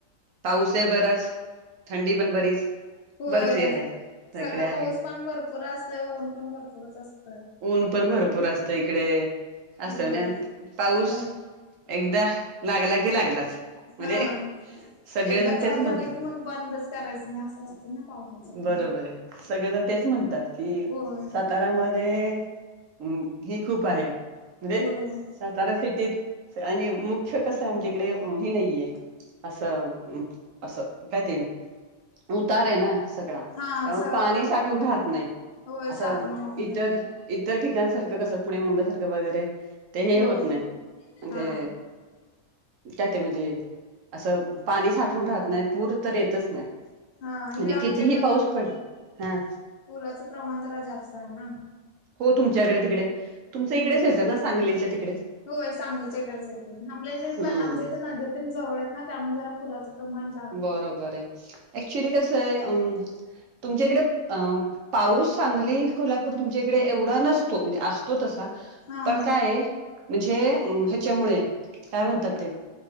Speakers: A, on the right; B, on the left.
A: पाऊस आहे बराच थंडी पण बरीच
B: होय
A: बरच हे आहे तिकडे
B: सगळं
A: आहे
B: पाऊस पण भरपूर असतंय आणि ऊन पण भरपूरच असतं.
A: ऊन पण भरपूर असत इकडे असत
B: होय
A: म्हणजे पाऊस.
B: अ
A: एकदा लागला की लागलाच. म्हणजे
B: हा हा
A: सगळेजण
B: एकदा चालु
A: तेच म्हणतात
B: झालं की मग बंदच करायचं नाही असं असतं ना. पावसाचं टाइम.
A: बरोबर आहे सगळेजण तेच
B: हम्म
A: म्हणतात कि
B: होय
A: सातारामध्ये. हम्म ही खूप आहे म्हणजे
B: होय
A: सात त सिटीत आणि मुख्य कस आमच्या इकडे ह नाहीये. असं असं काय ते उतार आहे ना. सगळा
B: हा
A: त्यामुळे
B: सगळं
A: पाणी साठून
B: उ
A: राहत नाही
B: होय
A: असं
B: साठून राहत नाही
A: इतर. इतर ठिकाणसारखं कसं पुणे मुंबई सारखं वगैरे ते हे
B: होय
A: होत नाही म्हणजे
B: हा
A: त्या ते म्हणजे असं पाणी साठवून राहत नाही पूर तर येतच नाय.
B: हा इकडे
A: आणि
B: आमच्या
A: कितीही
B: इकडं
A: पाऊस पडेल, हा
B: पुराचं प्रमाण जरा जास्त आहे ना.
A: हो तुमच्याकडे तिकडे तुमचं इकडेच
B: हो
A: येतं ना सांगलीच्या तिकडे.
B: होय, सांगलीच्या घरच येते आपल्याच्या
A: हम्म
B: आमच्या इथ नाद्यात जवळ आहेत ना, त्यामुळे जरा पुराचं प्रमाण
A: बरोबर आहे, ऍक्च्युली कसं आहे अ तुमच्याकडे अ पाऊस चांगली कोल्हापूर तुमच्याकडे एवढा नसतो, म्हणजे असतो तसा
B: हा
A: पण काय म्हणजे ह्याच्यामुळे, काय म्हणतात ते,